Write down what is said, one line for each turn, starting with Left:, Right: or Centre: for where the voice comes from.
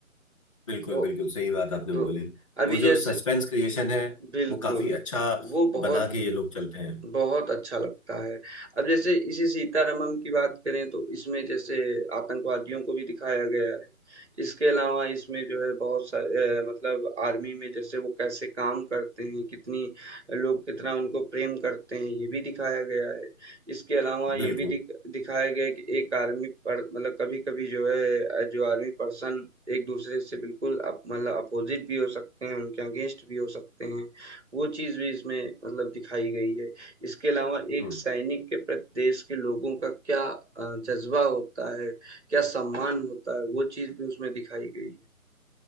Left: बिल्कुल
Right: तो
Left: बिल्कुल सही बात आपने
Right: तो
Left: बोली
Right: अभी
Left: वो जो
Right: जैसे
Left: सस्पेंस क्रिएशन है
Right: बिल्कुल
Left: वो काफी अच्छा
Right: वो बहुत
Left: बना के ये लोग चलते हैं
Right: बहुत अच्छा लगता है। अब जैसे इसी सीतारमण की बात करें तो इसमें जैसे आतंकवादियों को भी दिखाया गया है। इसके अलावा इसमें जो है बहुत सारे अ, मतलब आर्मी में जैसे वो कैसे काम करते हैं, कितनी लोग कितना उनको प्रेम करते हैं, ये भी दिखाया गया है। इसके अलावा ये
Left: बिल्कुल
Right: भी दिख दिखाया गया है कि एक आर्मी पर मतलब कभी-कभी जो है अ, जो आर्मी पर्सन एक-दूसरे से बिल्कुल अप मतलब अपोज़िट भी हो सकते हैं, उनके अगेंस्ट भी हो सकते हैं। वो चीज़ भी इसमें मतलब दिखाई गई है। इसके अलावा एक
Left: हम्म
Right: सैनिक के प्रति देश के लोगों का क्या अ, जज़्बा होता है, क्या सम्मान होता है, वो चीज़ भी उसमें दिखाई गई